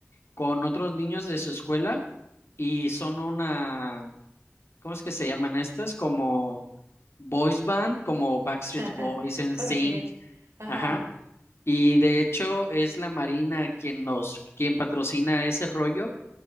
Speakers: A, on the left; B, on the right.
A: con otros niños de su escuela y son una ¿cómo es que se llaman estas? Como boys band, como Backstreet
B: <laughs>
A: Boys, sync.
B: Okay, Ajá.
A: ajá. Y de hecho es la Marina quien nos, quien patrocina ese rollo.